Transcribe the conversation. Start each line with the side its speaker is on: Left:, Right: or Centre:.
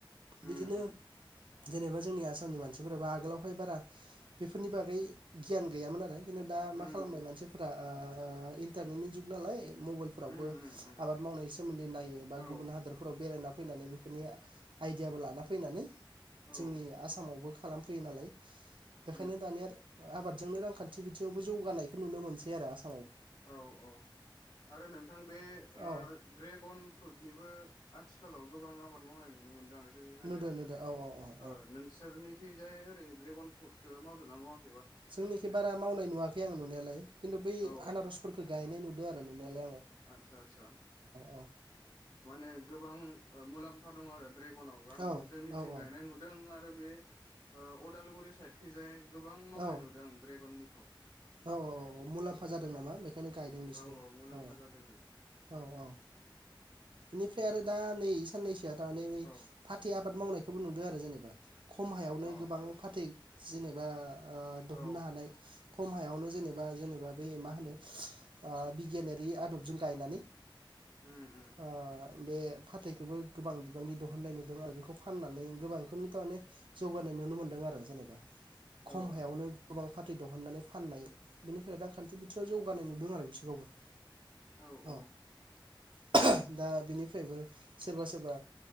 Left: उम
Right: बिदिनो
Left: उम।
Right: जेनेबा जोंनि आसामनि मानसिफोराबो आगोलावहाय बारा बेफोरनि बागै गियान गैयामोन आरो। खिन्थु दा
Left: उम
Right: मा खालामबाय मानसिफोरा ओ ओ इन्टारनेटनि जुगनालाय मबाइलफोरावबो
Left: उम उम उम
Right: आबाद मावनायनि सोमोन्दै नायो बा
Left: औ
Right: गुबुन हादोरफोराव बेरायना फैनानै बेफोरनि आइडियाबो लाना फैनानै
Left: औ
Right: जोंनि आसामावबो खालामफैयो नालाय बेखायनो
Left: उम
Right: दानिया आबादजोंनो रांखान्थि बिथिङावबो जौगानायखौ नुनो मोनसै आरो आस
Left: औ औ आरो नोंथां बे ओ
Right: औ
Left: ड्रेगन फ्रुटनिबो आथिखालाव गोबां आबाद मावनाय नुनो मोनदों आं जोंनि जायगायाव
Right: नुदों नुदों औ औ औ।
Left: ओ नोंसोरनिखैजाय ओरै ड्रेगन फ्रुटखौ मावदोंना मावा
Right: जोंनिखि बारा मावनाय नुवाखै आं नुनायालाय खिन्थु बै
Left: औ
Right: आनारसफोरखो गायनाय नुदों आरो नुनायालाय आङो।
Left: आतसा आतसा।
Right: औ
Left: माने गोबां ओ मुलाम्फा दं आरो ड्रेगनावबो आं
Right: औ
Left: जोंनिथिं
Right: औ
Left: गायनाय
Right: औ
Left: नुदों आ बे ओ अदालगुरि साइदखैजाय गोबां मावनाय
Right: औ
Left: नुदों ड्रेगननि खौ
Right: औ औ औ औ मुलाम्फा जादों नामा बेखायनो गायदों बिसोरो
Left: औ मुलाम्फा
Right: औ।
Left: जादोंनो
Right: औ औ। बिनिफ्राय आरो दा नै साननैसो दानेै
Left: औ
Right: फाथै आ बाद मावनायखौबो नुदो आरो जेनेबा खम हायावनो
Left: अ
Right: गोबां फाथै जिनोबा ओह दहननो
Left: औ
Right: हानाय। आवनो जेनेबा जेनेबा बै मा होनो ओ बिगियानारि आदबजों गायनानै
Left: उम उम।
Right: ओ बे फाथैखौबो गोबां बिबांनि दहननाय नुदों आरो बेखौ फाननानै गोबांखोनोथ' माने जौगानाय नुनो मोनदों आरो जेनेबा। खम
Left: औ
Right: हायावनो गोबां फाथै दहननानै फाननाय बेनिफ्राय रांखान्थि बिथिङाव जौगानाय नुदों आरो बिसोरखौबो।
Left: औ
Right: अ
Left: औ
Right: <unintelligible> दा बिनिफ्रायबो सोरबा सोरबा